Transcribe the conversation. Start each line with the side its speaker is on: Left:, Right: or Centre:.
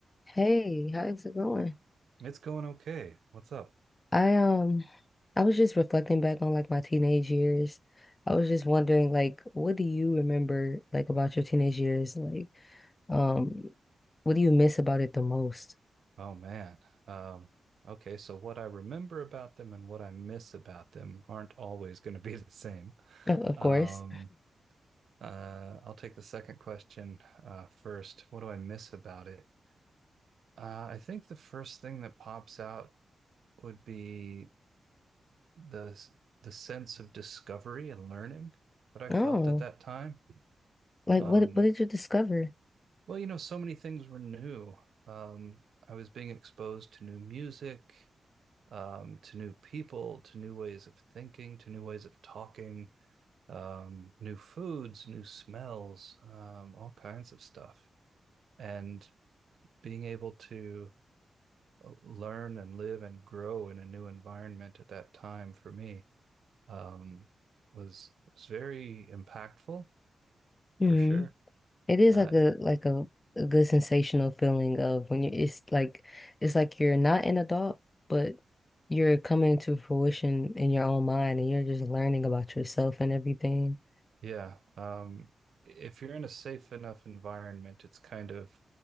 Left: Hey, how's it going?
Right: It's going okay. What's up?
Left: I um I was just reflecting back on like my teenage years. I was just wondering like what do you remember like about your teenage years? Like um what do you miss about it the most? <laughs>
Right: Oh man. Um, okay, so what I remember about them and what I miss about them aren't always going to be <laughs> the same.
Left: Of, of
Right: Um,
Left: course.
Right: uh, I'll take the second question uh, first. What do I miss about it? Uh, I think the first thing that pops out would be the the sense of discovery and learning that I
Left: Oh,
Right: felt at that time.
Left: like
Right: Um,
Left: what what did you discover?
Right: well, you know, so many things were new. Um, I was being exposed to new music um, to new people, to new ways of thinking, to new ways of talking, um, new foods, new smells, um, all kinds of stuff. And being able to uh, learn and live and grow in a new environment at that time for me um, was was very impactful
Left: hmm
Right: for sure.
Left: It is
Right: Uh,
Left: like a like a, a good sensational feeling of when you it's like it's like you're not an adult, but you're coming to fruition in your own mind and you're just learning about yourself and everything.
Right: yeah, um, if you're in a safe enough environment, it's kind of